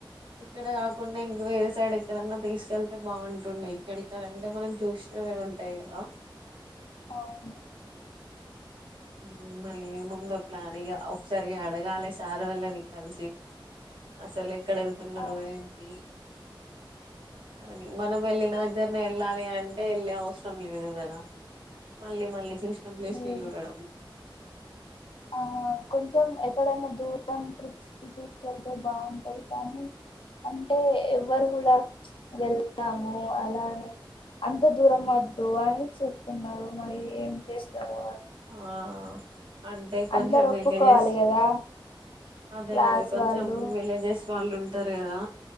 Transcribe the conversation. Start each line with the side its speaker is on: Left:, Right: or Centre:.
Right: ఇక్కడ కాకుండా ఇంక వేరే సైడ్ ఎక్కడన్నా తీసుకెళ్తే బాగుంటుండే ఇక్కడక్కడంటే మనం చూసినమే ఉంటాయి కదా
Left: అవును
Right: ఉమ మరి ఏమో ఉందో ప్లాన్ ఇగ ఒకసారి అడగాలిమరి సార్ వాళ్ళని కలిసి అసలు ఎక్కడ వెళ్తున్నారు
Left: ఆ
Right: ఏంటి కాని మనం వెళ్ళిన దగ్గరనే వెళ్ళాలి అంటే వెళ్ళి అవసరం లేదు కదా మళ్ళీ మళ్ళీ చూసిన ప్లేస్
Left: లేదు
Right: చూడడం
Left: ఆ కొంచెం ఎక్కడైనా దూరం ట్రిప్స్కి తీసుకెళ్తే బాగుంటది కానీ అంటే ఎవ్వరు కూడా వెళ్తాము అలానే అంత దూరం వద్దు అని చెప్తున్నారు మరి ఏం చేస్తారు
Right: ఆ అంటే కొంచెం
Left: అందరు ఒప్పుకోవాలి
Right: విలేజెస్
Left: కదా
Right: అదే
Left: క్లాస్
Right: అదే కొంచెం
Left: వాళ్ళు
Right: విలేజెస్ వాళ్ళు ఉంటారు కదా